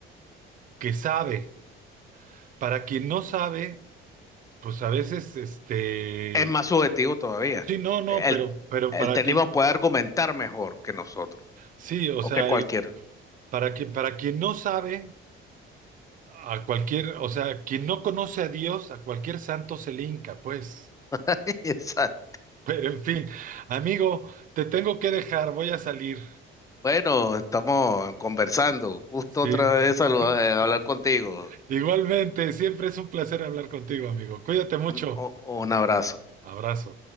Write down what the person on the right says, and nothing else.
que sabe. Para quien no sabe, pues a veces, este,
sí, no, no,
pero, pero
para
quien no,
sí, o
sea,
el- para quien, para quien no sabe. A cualquier, o sea, quien no conoce a Dios, a cualquier santo se le hinca, pues.
Pero en fin, amigo, te tengo que dejar, voy a salir.
Sí.
<laughs>
Igualmente, siempre es un placer hablar contigo, amigo. Cuídate mucho.
Abrazo.